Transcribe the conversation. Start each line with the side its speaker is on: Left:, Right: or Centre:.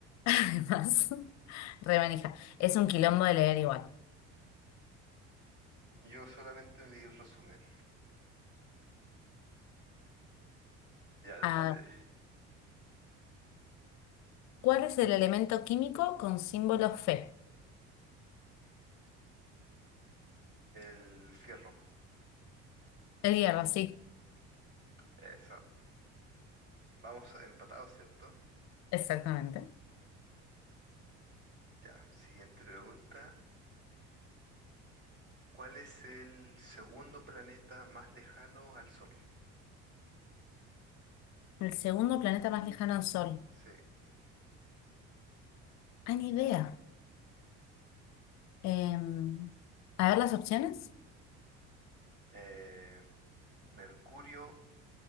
Left: <laughs> además. Remanija. Es un quilombo de leer igual.
Right: Yo solamente me leí el resumen. Ya,
Left: Ah,
Right: dale.
Left: ¿cuál es el elemento químico con símbolo Fe?
Right: El fierro.
Left: El hierro, sí,
Right: Eso. Vamos empatados, ¿cierto?
Left: exactamente.
Right: Ya. Siguiente pregunta. ¿Cuál es el segundo planeta más lejano al Sol?
Left: El segundo planeta más lejano al Sol.
Right: Sí.
Left: Ah, ni idea. Em, a ver las opciones.
Right: Eh, Mercurio,